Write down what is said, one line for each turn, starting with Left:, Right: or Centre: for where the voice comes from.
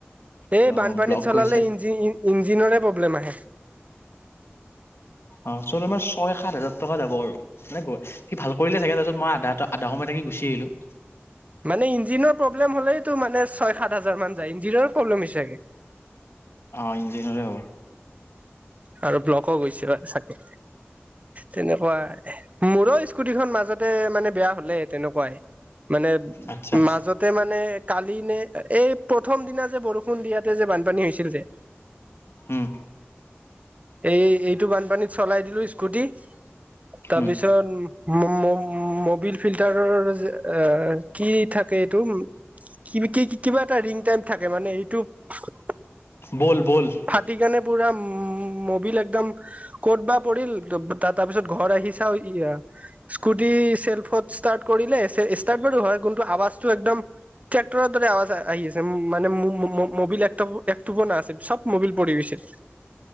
Right: এই
Left: ত
Right: বানপানীত
Left: ব্লক
Right: চলালে
Left: গৈছে
Right: ইঞ্জিন ইঞ্জিনৰৰে প্ৰব্লেম আহে।
Left: অ' য'ত আমাৰ ছয় সাত হাজাৰ টকা যাব আৰু। মানে সি ভাল কৰিলে চাগে, তাৰপিছত মই আধা আধা সময় থাকি গুচি আহিলো।
Right: মানে ইঞ্জিনৰ প্ৰব্লেম হ'লেতো মানে ছয় সাত হাজাৰ মান যায়, ইঞ্জিনৰে প্ৰব্লেম হৈছে চাগে।
Left: অ' ইঞ্জিনিৰে হ'ব।
Right: আৰু ব্লকো গৈছে চাগে তেনেকুৱাই, মোৰো স্কুটি খন মাজত মানে বেয়া হ'লে তেনেকুৱাই, মানে
Left: আচ্ছা
Right: মাজতে মানে কালি নে এই প্ৰথম দিনা যে বৰষুণ দিয়াতে যে বানপানী হৈছিল যে।
Left: উম।
Right: এই এইটো বানপানীত চলাই দিলো স্কুটি, তাৰপিছত
Left: উম
Right: উ মবিল ফিল্টাৰৰ এ কি থাকে এইটো। কি কিবা এটা ৰিং টাইম থাকে মানে সেইটো ফাক
Left: ব'ল ব'ল
Right: ফাটি কেনে পুৰা উ মবিল একদম ক'ত বা পৰিল, তাৰ পিছত ঘৰ আহি চাওঁ ইয়া স্কুটি চেল্ফত ষ্টাৰ্ট কৰিলে ষ্টাৰ্ট বাৰু হয়, কিন্তু আৱাজটো একদম ট্ৰেক্টৰৰ দৰে আৱাজ আহি আছে, মানে মবিল একটোপা নাআছিল চব মবিল পৰি গৈছিল।